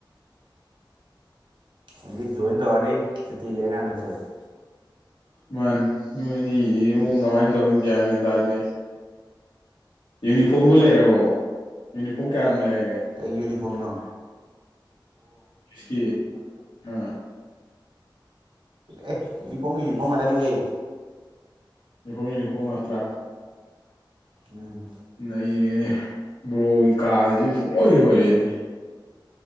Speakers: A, on the right (about 75°); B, on the left (about 80°).
A: English join ꯇꯧꯔꯅꯤ ꯁꯨꯇꯤ ꯂꯩꯔꯀꯥꯟꯗ ꯑꯣꯏꯅ ꯆꯠꯂꯁꯤ
B: ꯃꯥꯅꯤ ꯅꯣꯏ ꯑꯅꯤ ꯏꯨꯡ ꯀꯃꯥꯏꯅ ꯇꯧꯅꯤ ꯒ꯭ꯌꯥꯃꯦꯟ ꯇꯥꯗꯦ ꯌꯨꯅꯤꯐꯣꯔꯝꯕꯨ ꯂꯩꯔꯕꯣ ꯌꯨꯅꯤꯐꯣꯔꯝ ꯀꯌꯥꯝ ꯂꯩ
A: ꯀꯩꯒꯤ ꯌꯨꯅꯤ ꯐꯣꯝꯅꯣ
B: ꯀꯤ ꯑ
A: ꯑꯦ ꯌꯨꯅꯤꯐꯣꯔꯝ ꯌꯨꯅꯤꯐꯣꯔꯝ ꯉꯥꯛꯇꯅꯤꯍꯦ
B: ꯅꯤꯍꯣꯅꯤꯅꯤꯄꯣ ꯑꯠꯇ
A: ꯎꯝ
B: ꯅꯅꯦꯅꯦ ꯕ꯭ꯔꯣꯛꯒꯤ ꯀꯥꯁꯨ ꯄꯨꯡ ꯂꯣꯏ ꯂꯣꯏꯔꯦꯅꯦ